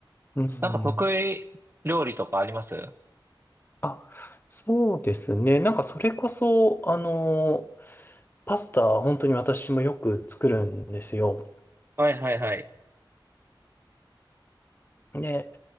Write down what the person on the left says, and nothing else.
うん。
あ、そうですね。なんかそれこそ、あの、パスタ本当に私もよく作るんですよ。
ね